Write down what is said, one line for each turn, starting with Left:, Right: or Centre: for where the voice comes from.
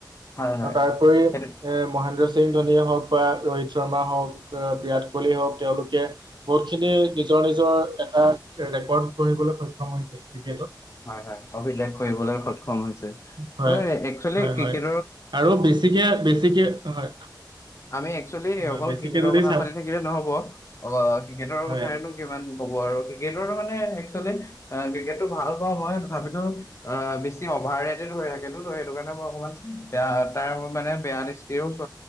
Left: হয় হয়
Right: আৰু তাৰপৰি এ
Left: সেইটো
Right: মই মহেন্দ্ৰ সিং ধোনিয় হওঁক বা ৰোহিত শৰ্মা হওঁক বিৰাট কোহলি হওঁক তেওঁলোকে বহুতখিনি নিজৰ নিজৰ এটা ৰেকৰ্ড পঢ়িবলৈ সক্ষম হৈছে ক্ৰিকেটত।
Left: হয় হয় অভিলেখ কৰিবলৈ সক্ষম হৈ হৈছে
Right: হয়
Left: ত একচেলি
Right: হয়
Left: ক্ৰিকেট।
Right: হয় আৰু বেছিকে বেছিকে হয়।
Left: আমি একচুৱেলি
Right: হয়,
Left: অকল
Right: বেছিকে
Left: ক্ৰিকেটৰ
Right: যদি
Left: কথা
Right: চাব
Left: পাতি থাকিলে নহব অ ক্ৰিকেটৰ
Right: হয়
Left: কথটো কিমান ক'ব। ক্ৰিকেটৰ মানে এক ক্ৰিকেটটো ভাল। হয় তথাপিতো অ'বেছি অভাৰ ৰেটড হৈ থাকে। সেইটো কাৰণে মই অকণমানয়া তাৰ মানে বেয়া দৃষ্টিও চ